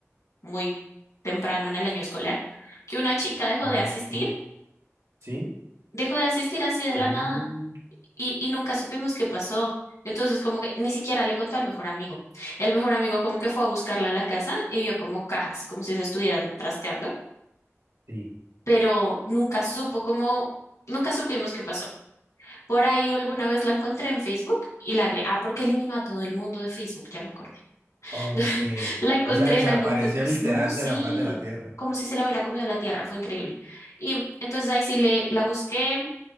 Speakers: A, on the left; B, on the right.
A: muy temprano en el año escolar, que una chica dejó
B: <laughs>
A: de asistir,
B: Ok. ¿Sí?
A: dejó de asistir así de
B: Mm,
A: la nada y, y nunca supimos qué pasó. Entonces como que ni siquiera le contó al mejor amigo. El mejor amigo como que fue a buscarla a la casa y vio como cajas, como si se estuvieran trasteando
B: sí.
A: pero nunca supo cómo, nunca supimos qué pasó. Por ahí alguna vez la encontré en Facebook y la agregué. Ah, porque eliminó a todo el mundo de Facebook, ya me acordé.
B: Ok.
A: <laughs> La encontré
B: O sea, desapareció
A: en algún punto. Es-
B: literal
A: No, sí,
B: de la faz de la Tierra.
A: como si se la hubiera comido la tierra, fue increíble. Y entonces ahí sí le, la busqué